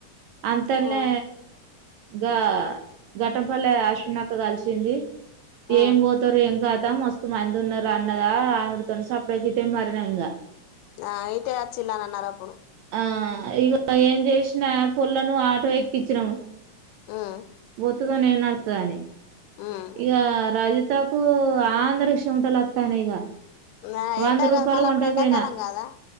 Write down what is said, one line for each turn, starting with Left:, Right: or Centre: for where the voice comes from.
Right: అంతల్నే
Left: ఉమ్
Right: గా ఘట్టంపల్లె అశ్విన్ అక్క కలిసింది
Left: ఉమ్
Right: ఏం పోతారు ఏం కాతం మస్తు మందు ఉన్నారు అన్నదా అనిడుతాను సప్డ గిట్టే మారిన ఇంకా
Left: నా ఇయిటే ఆచ్చిలా నన్న అన్నరప్పుడు
Right: ఆ ఇగ ఏం చేసిన పొల్లను ఆటో ఎక్కించినాము
Left: ఉమ్
Right: <unintelligible>
Left: ఉమ్
Right: ఇగ రాజ అత్తకు ఆంధ్రకి చమటలు వత్తాన్నయిగ
Left: ఆ
Right: వంద
Left: ఎండ
Right: రూపాయలు
Left: కాదు మళ్ళీ
Right: గొంటక
Left: అప్పుడు ఎండాకాలం
Right: పోయినా
Left: కాదా